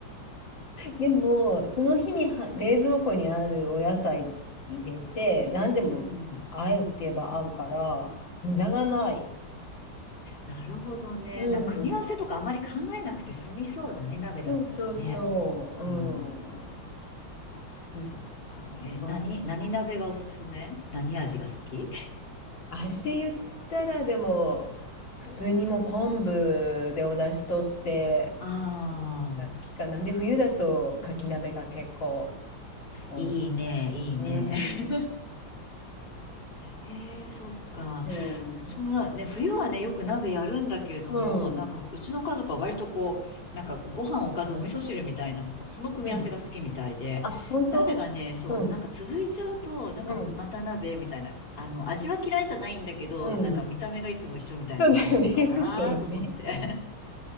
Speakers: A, on the left (about 65°); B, on the left (about 25°).
A: でも、その日には冷蔵庫にあるお野菜入れて、何でも合うって言えば合うから、
B: うん。
A: 無駄がない。
B: なるほどね。
A: うん。
B: な、組み合わせとかあまり考えなくて済みそうだね、鍋だったらね。
A: そうそうそ
B: うん。
A: う。うん。
B: そうか。え、何、
A: うん
B: 何鍋がおすすめ何味が好き
A: 味で言ったら、でも、普通にもう昆布でお出汁取って
B: <laughs> ああ
A: が好きかな。で、冬だとかき鍋が結構美味し
B: いいね、いいね。
A: い。うん。
B: へえ、そっか。
A: うん。
B: うちもなね、冬はね、よく鍋やるんだけれども、
A: うん。
B: なんか、うちの家族は割とこう、なんか、ご飯おかずお味噌汁みたいな、その、その組み合わせが好きみたいで、
A: うん。あ、本当うん。
B: 鍋がね、そう、なんか続いちゃうと、なんか、
A: うん。
B: また鍋みたいな、あの、味は嫌いじゃないんだけど、
A: うん。
B: なんか見た目がいつも一緒みたいなのが嫌なのかなと思って。
A: そうだよね、<laughs> そうだよね。
B: <laughs>